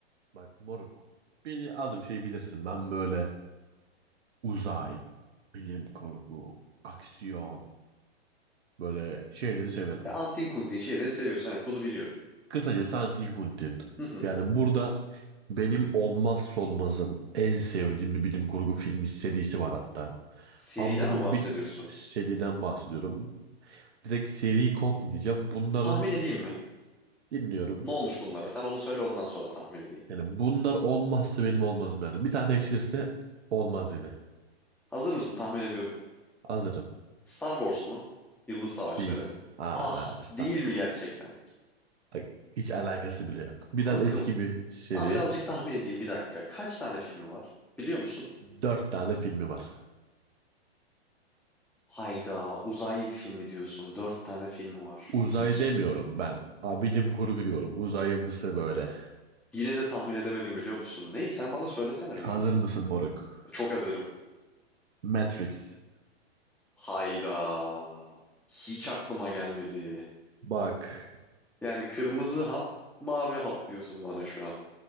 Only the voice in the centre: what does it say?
Ya antin kuntin şeyleri seviyorsun. Evet bunu biliyorum.
Hı hı.
Seriden
mi bahsediyorsun?
Tahmin edeyim mi?
Ne olmuş bunlara? Sen onu söyle ondan sonra tahmin edeyim.
Hazır mısın? Tahmin ediyorum.
Star Wars mu? Yıldız Savaşları.
Ah
değil mi gerçekten?
Kanka
daha birazcık tahmin edeyim bir dakika. Kaç tane filmi var biliyor musun?
Hayda uzay filmi diyorsun. Dört tane filmi var.
Hiç
yine de tahmin edemedim biliyor musun? Ney sen bana söylesene bir
ya.
Çok hazırım.
Hayda hiç aklıma gelmedi.
Yani kırmızı hap mavi hap diyorsun bana şu an.